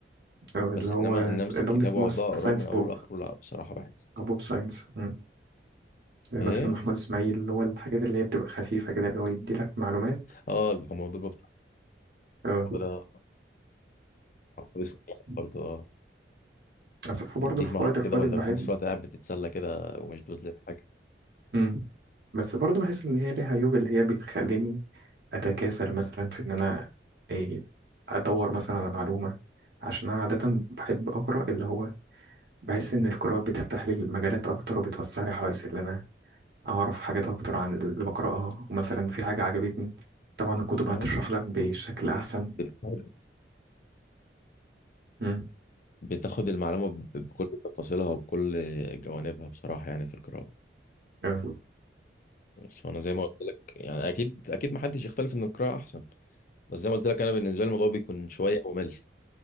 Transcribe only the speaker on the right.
آه، اللي
هو
اللي
هم بيسموه
ذا ساينس
بوب
او بوب ساينس امم زي
مثلا محمود اسماعيل اللي هو الحاجات اللي هي بتبقى خفيفه كده اللي هو يدي لك معلومات
اه
أنا
الصراحه
برضه في
وقت الفاضي
بحب
مم. بس برضه بحس ان هي ليها عيوب اللي هي بتخليني اتكاسل مثلا في ان انا إيه ادور مثلا على معلومه عشان انا عاده بحب اقرا اللي هو بحس ان القراءه بتفتح لي المجالات اكتر وبتوسع لي حواسي اللي انا اعرف حاجات اكتر عن اللي بقراها ومثلا في حاجه عجبتني طبعا الكتب
هتشرح لك بشكل احسن
مم.
اه